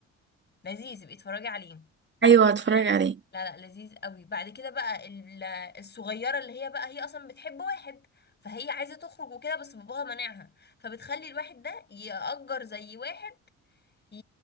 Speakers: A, on the left (about 35°); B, on the right (about 35°).
A: لذيذ ابقي اتفرجي عليه
B: ايوه هتفرج عليه
A: لا لا لذيذ قوي بعد كده بقى ال- الصغيره اللي هي بقى هي اصلا بتحب واحد فهي عايزه تخرج وكده بس باباها مانعها فبتخلي الواحد ده يأجر زي واحد ي-